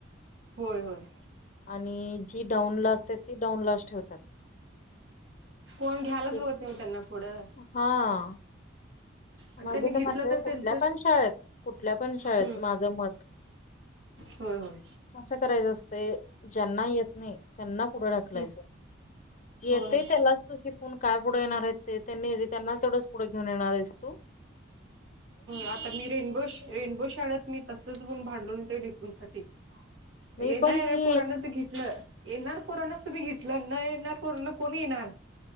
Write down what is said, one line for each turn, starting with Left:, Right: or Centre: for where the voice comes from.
Right: होय होय.
Left: आणि जी डाऊन लास्ट आहे ती डाऊन लास्ट ठेवतात.
Right: कोण घ्यायलाच
Left: हे-
Right: रगत नाही त्यांना पुढं.
Left: हा
Right: आणि
Left: माझे
Right: त्यांनी घेतलं
Left: तर म्हझ
Right: त्यांचं
Left: कुठल्या पण शाळेत कुठल्या पण शाळेत
Right: हम्म
Left: माझं मत
Right: होय होय.
Left: आशा करायचं असते ज्यांना येत नाही त्यांना पुढं टाकलायचं
Right: हम्म
Left: येतय
Right: होय.
Left: त्यालाच तू शिकून काय पुढं येणार आहे. ते त्यांनी त्यांना तेवढंच पुढं घेऊन येणार आहे तो.
Right: आता मी रेनबो रेनबो शाळेत मी तसच बन भांडल नेतो डपून साठी.
Left: मी
Right: ये
Left: पण
Right: ना
Left: की
Right: रे पोराणचं घे. न येणार कोरोनाच तुम्ही घेतलं न येणार कोरोना कोण येणार.